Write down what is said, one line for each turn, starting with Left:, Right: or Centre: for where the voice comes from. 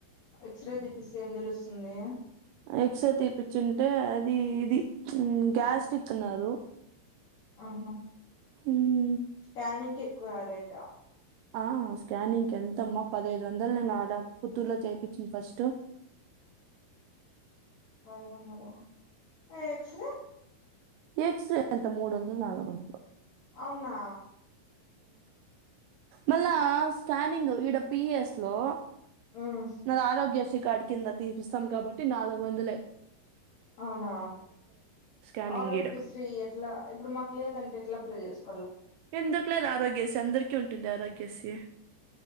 Left: ఎక్స్రే తీపిస్తే ఏం తెలుస్తుంది
Right: ఎక్స్రే తీపిచ్చింటే అది ఇది గ్యాస్టిరిక్ ఉన్నారు
Left: ఆహా
Right: హ్మ్మ్
Left: స్కానింగ్ కి ఎక్కువ రా రేట
Right: ఆ స్కానింగ్ కి ఎంతమ్మా పదహైదు వందలు నేను ఆడ పుత్తూరులో చేపిచింద్ ఫస్ట్
Left: అ బాగున్నారా ఎక్స్ రే
Right: ఎక్స్ రే ఎంతా మూడు వంద నాలుగు వంద
Left: అవునా
Right: మళ్ళా స్కానింగ్ ఈడ పిఎస్ లో
Left: మ్మ్
Right: నాది ఆరోగ్యశ్రీఖ అడికిందా తీపిస్తాం కాబట్టి నాలుగు వందలే
Left: అవునా
Right: స్కానింగ్
Left: ఆరోగ్యశ్రీ
Right: ఈడ.
Left: ఎట్లా ఇప్పుడు మాకు లేదంటే ఎట్లా అప్లే చేస్కో
Right: ఎందుకు లేదు ఆరోగ్యశీ అందరికీ ఉంటుంది ఆరోగ్యశ్రీ